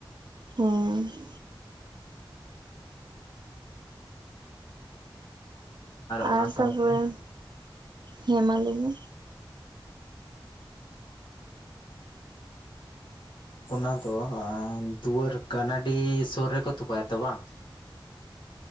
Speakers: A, on the right; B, on the left.
A: ᱦᱮᱸ
B: ᱚᱱᱟ
A: ᱟᱨ
B: ᱥᱟᱶᱛᱮ
A: ᱛᱟᱯᱚᱨᱮ ᱦᱮᱸ ᱢᱟ ᱞᱟᱹᱭ ᱢᱮ᱾
B: ᱚᱱᱟ ᱫᱚ ᱟ ᱫᱩᱣᱟᱹᱨ ᱜᱟᱱᱟᱰᱤ ᱥᱩᱨ ᱨᱮᱠᱚ ᱛᱚᱯᱟᱭᱟ ᱛᱚ ᱵᱟᱝ,